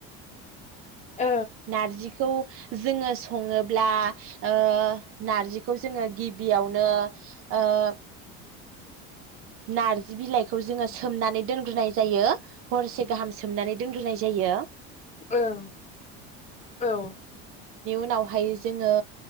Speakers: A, on the left; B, on the right.
A: औ
B: नारजिखौ जोङो सङोब्ला ओ नारजिखौ जोङो गिब बेयावनो ओ नार्जि बिलाइखौ जोङो सोमनानै दोनग्रोनाय जायो हरसे गाहाम सोमनानै दोनग्रोनाय जायो।
A: ओं औ
B: नावहाय जोङो